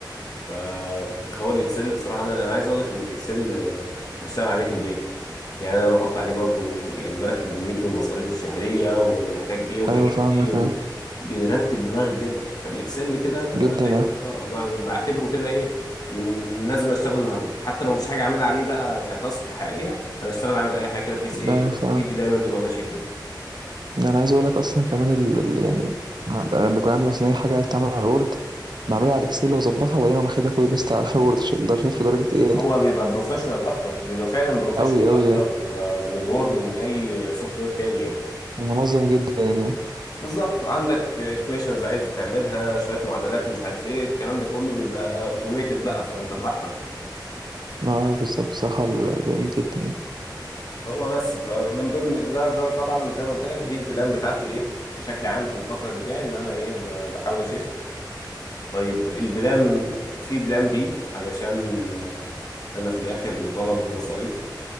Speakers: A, on the left; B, on the right.
A: فهو الاكسل بصراحه انا انا عايز اقول لك ان الاكسل آه، بشتغل عليه في البيت يعني انا بحط عليه برضو يعني برتب دنيتي ومصاريفي الشهريه وانا محتاج ايه وهجيب
B: أيوه فاهمك
A: ايه و...
B: أه
A: بيرتب دماغك جدا فالاكسل كده انا
B: جدا
A: دايما
B: أه
A: اه ب- بعتبره كده ايه من لازم اشتغل النهارده حتى لو مفيش حاجه اعملها عليه بقى كتاسك حقيقيه انا اشتغل اعمل اي حاجه كده بحيث ايه
B: أيوه فاهم
A: ايدي دايما تبقى ماشيه فيه
B: ده أنا عايز أقولك أصلا كمان ال... ال- يعني أنا لما بيكون عندي مثلا أي حاجة عايز تعمل على الوورد بعملها على الإكسل وأظبطها وبعدين أقوم واخدها كوبي بيست على <laughs> الوورد عشان ده شايف درجة إيه يعني
A: هو بيبقى بروفيشنال اكتر بيبقى فعلا بروفيشنال
B: أوي أوي
A: اكتر
B: يعني
A: آه، من الوورد ومن اي سوفت وير تاني يعني
B: ومنظم جدا يعني
A: بالظبط عندك ايكويشنز عايز تعملها شويه معادلات مش عارف ايه الكلام ده كله بيبقى اوتوميتد بقى فانت براحتك
B: اه بالظبط بصراحة جميل جدا يعني
A: هو بس فمن ضمن ده ده طبعا زي ما قلت لك دي البلان بتاعتي ايه بشكل عام في الفتره اللي جايه ان انا ايه ب- بحاول اشفت طيب البلان في بلان بي علشان آه، انا في الاخر مطالب بمصاريف